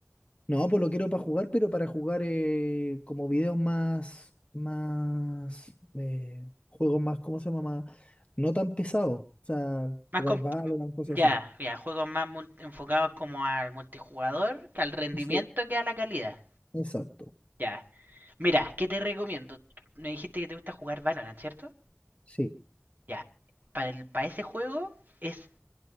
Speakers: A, on the left (about 30°); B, on the right (about 45°).
A: No, pues lo quiero para jugar, pero para jugar eh, como videos más, más, eh, juegos más, ¿cómo se llama? Más- no tan pesados. O sea,
B: Más
A: jugar
B: com-
A: Valorant, cosas
B: Ya,
A: así.
B: ya, juegos más mul- enfocados como al multijugador, que al rendimiento
A: Sí,
B: que a la calidad.
A: exacto.
B: Ya. Mira, ¿qué te recomiendo? Me dijiste que te gusta jugar Valorant, ¿cierto?
A: Sí.
B: Ya. Para el, para ese juego es,